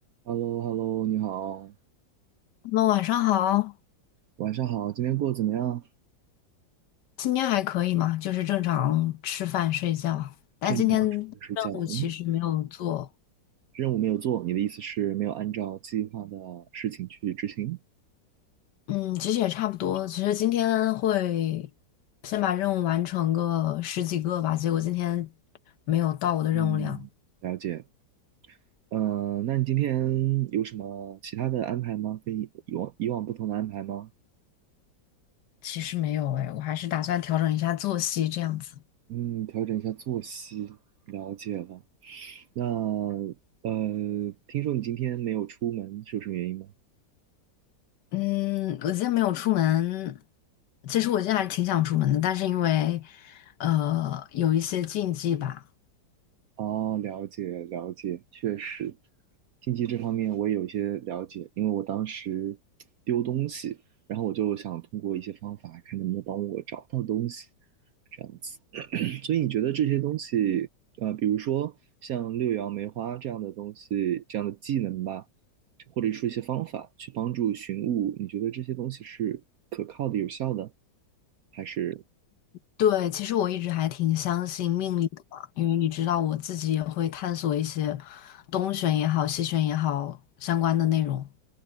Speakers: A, on the right; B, on the left.
A: h e l l o h e l l o 你好，
B: 那晚上好，
A: 晚上好，今天过得怎么样？
B: 今天还可以嘛，就是正常吃饭睡觉。但今天
A: 正常准备睡觉。
B: 任务其实没有做，
A: 嗯，任务没有做，你的意思是没有按照计划的事情去执行？
B: 嗯，其实也差不多。其实今天会先把任务完成个十几个吧，结果今天没有到我的任务量。
A: 嗯，了解。呃，那你今天有什么其他的安排吗？跟以以往以往不同的安排吗？
B: 其实没有哎，我还是打算调整一下作息这样子。
A: 嗯，调整一下作息，了解了。那呃，听说你今天没有出门，是有什么原因吗？
B: 嗯，我今天没有出门。其实我今天还是挺想出门的，但是因为呃有一些禁忌吧。
A: 哦，了解了解，确实，经济这方面我也有一些了解，因为我当时丢东西，然后我就想通过一些方法看能不能帮我找到东西，这样子。<clears throat> 所以你觉得这些东西，呃，比如说像六爻梅花这样的东西，这样的技能吧，或者说一些方法去帮助寻物，你觉得这些东西是可靠的、有效的，还是？
B: 对，其实我一直还挺相信命理的嘛，因为你知道我自己也会探索一些东玄也好、西玄也好相关的内容。